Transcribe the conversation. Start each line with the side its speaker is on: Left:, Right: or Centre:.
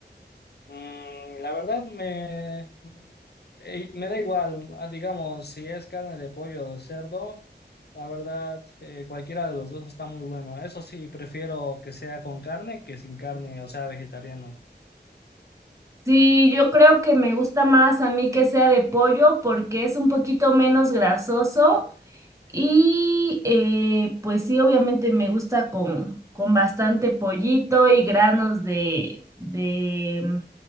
Left: Mm, la verdad me, eh, me da igual, ah, digamos, si es carne de pollo o de cerdo, la verdad eh, cualquiera de los dos está muy bueno. Eso sí, prefiero que sea con carne que sin carne, o sea, vegetariano.
Right: Sí, yo creo que me gusta más a mí que sea de pollo porque es un poquito menos grasoso y eh, pues sí, obviamente me gusta con, con bastante pollito y granos de, de,